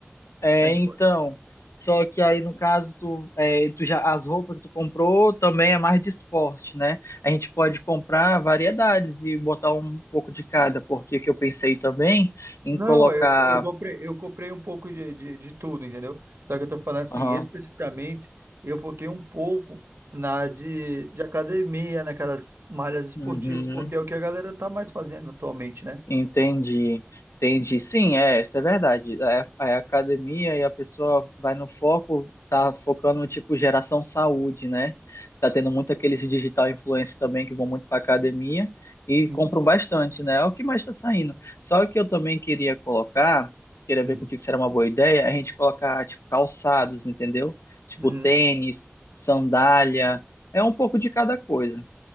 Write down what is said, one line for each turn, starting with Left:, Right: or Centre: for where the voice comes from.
Left: É,
Right: a gente
Left: então,
Right: pode.
Left: só que aí no caso tu, é, tu já as roupas que tu comprou também é mais de esporte, né? A gente pode comprar variedades e botar um pouco de cada, porque o que eu pensei também em
Right: Não,
Left: colocar,
Right: eu, eu comprei, eu comprei um pouco de, de, de tudo, entendeu? Só que eu tô falando assim,
Left: Aham.
Right: especificamente, eu foquei um pouco nas de, de academia, naquelas malhas esportivas,
Left: Uhum.
Right: porque é o que a galera tá mais fazendo atualmente, né?
Left: Entendi, entendi. Sim, é, isso é verdade. É, é a academia e a pessoa vai no foco, tá focando no tipo geração saúde, né? Tá tendo muito aqueles digital influencers também que vão muito para academia e
Right: Sim.
Left: compram bastante, né? É o que mais está saindo. Só que eu também queria colocar, queria
Right: Uhum.
Left: ver contigo se era uma boa ideia, a gente colocar tipo calçados, entendeu? Tipo
Right: Uhum.
Left: tênis, sandália, é um pouco de cada coisa